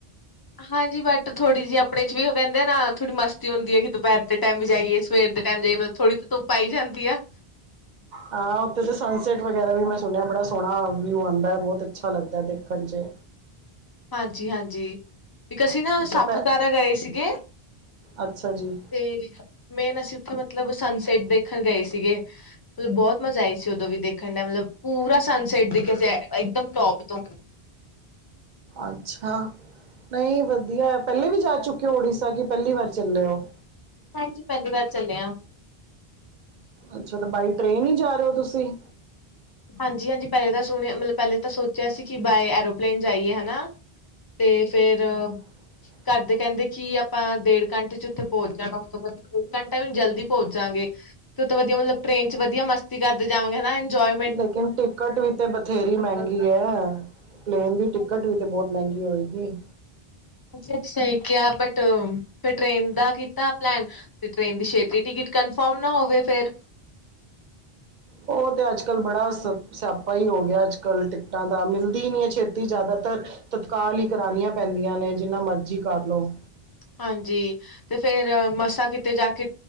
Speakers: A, on the left; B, on the right.
A: ਹਾਂਜੀ ਬਟ ਥੋੜ੍ਹੀ ਜਿ ਆਪਣੇ ਚ ਵੀ ਉਹ ਕਹਿੰਦੇ ਨਾ ਥੋੜੀ ਮਸਤੀ ਹੁੰਦੀ ਹੈਗੀ ਦੁਪਹਿਰ ਚ ਟਾਈਮ ਵੀ ਜਾਈਏ ਸਵੇਰ ਦੇ ਟਾਈਮ ਜਾਈ ਮਲਬ ਥੋੜੀ ਤਾਂ ਧੁੱਪ ਆਈ ਜਾਂਦੀ ਆ
B: ਹਾਂ ਉੱਥੇ ਤਾਂ ਸਨਸੈਟ ਵਗੈਰਾ ਵੀ ਮੈਂ ਸੁਣਿਆ ਬੜਾ ਸੋਹਣਾ ਵਿਊ ਆਉਂਦਾ ਹੈ ਬਹੁਤ ਅੱਛਾ ਲੱਗਦਾ ਦੇਖਣ ਚ
A: ਹਾਂਜੀ ਹਾਂਜੀ ਇੱਕ ਅਸੀਂ ਨਾ
B: ਅੱਛਾ
A: ਸਾਪੂਤਾਰਾ
B: ਪੈ
A: ਗਏ ਸੀਗੇ
B: ਅੱਛਾ ਜੀ
A: ਤੇ ਮੇਨ ਅਸੀਂ ਉੱਥੇ ਮਤਲਬ ਸਨਸੈਟ ਦੇਖਣ ਗਏ ਸੀਗੇ ਮਤਲਬ ਬਹੁਤ ਮਜ਼ਾ ਆਈ ਸੀ ਉਦੋਂ ਵੀ ਦੇਖਣ ਦਾ ਮਤਲਬ ਪੂਰਾ ਸਨਸੈਟ ਦਿਖਿਆ ਸੀ ਇਕਦਮ ਟੋਪ ਤੋਂ
B: ਅੱਛਾ ਨਹੀਂ ਵਧੀਆ ਪਹਿਲੇ ਵੀ ਜਾ ਚੁੱਕੇ ਹੋ ਉੜੀਸਾ ਕਿ ਪਹਿਲੀ ਵਾਰ ਚੱਲੇ ਹੋ
A: ਹਾਂਜੀ ਪਹਿਲੀ ਵਾਰ ਚੱਲੇ ਆਂ
B: ਅੱਛਾ ਤੇ ਬਾਈ ਟ੍ਰੇਨ ਹੀ ਜਾ ਰਹੇ ਹੋ ਤੁਸੀਂ
A: ਹਾਂਜੀ ਹਾਂਜੀ ਪਹਿਲੇ ਤਾਂ ਸੁਣ ਮਤਲਬ ਪਹਿਲੇ ਤਾਂ ਸੋਚਿਆ ਸੀ ਕਿ ਬਾਏ ਐਰੋਪਲੇਨ ਜਾਈਏ ਹਨਾ ਤੇ ਫੇਰ
B: ਹ
A: ਘਦੇ ਕਹਿੰਦੇ ਕਿ ਆਪਾਂ ਡੇਢ ਘੰਟੇ ਚ ਉੱਥੇ ਪਹੁੰਚ ਜਾਣਾ ਉਸ ਤੋਂ ਬਾਅਦ ਡੇ ਘੰਟਾ ਵੀ ਜਲਦੀ ਪਹੁੰਚ ਜਾਗੇਂ ਤੇ ਉੱ ਵਧੀਆ ਮਤਲਬ ਟ੍ਰੇਨ ਚ ਵਧੀਆ ਮਸਤੀ ਕਰਦੇ ਜਾਵਾਂਗੇ ਹਨਾ ਇੰਜੋਏ
B: ਲੇਕਿਨ ਟਿਕਟ ਵੀ ਤੇ ਬਥੇਰੀ ਮਹਿੰਗੀ ਹੈ ਪਲੇਨ ਦੀ ਟਿਕਟ
A: ਆ
B: ਵੀ ਤੇ ਬਹੁਤ ਮਹਿੰਗੀ ਹੋ ਗਈ
A: ਅੱ ਸਹੀ ਕਿਹਾ ਬਟ ਫਿਰ ਟ੍ਰੇਨ ਦਾ ਕੀਤਾ ਪਲੈਨ ਤੇ ਟ੍ਰੇਨ ਦੀ ਛੇਤੀ ਟਿਕਟ ਕਨਫਰਮ ਨਾ ਹੋਵੇ ਫੇਰ
B: ਉਹ ਤੇ ਅੱਜ ਕਲ ਬੜਾ ਸ ਸਿਆਪਾ ਹੀ ਹੋ ਗਿਆ ਅੱਜ ਕੱਲ੍ਹ ਟਿਕਟਾਂ ਦਾ ਮਿਲਦੀ ਹੀ ਨਹੀ ਹੈ ਛੇਤੀ ਜ਼ਿਆਦਾਤਰ ਤਤਕਾਲ ਹੀ ਕਰਾਣੀਆਂ ਪੈਂਦੀਆਂ ਨੇ ਜਿੰਨਾ ਮਰਜ਼ੀ ਕਰ ਲਓ
A: ਹਾਂਜੀ ਤੇ ਫੇਰ ਮਸਾਂ ਕਿਤੇ ਜਾ ਕੇ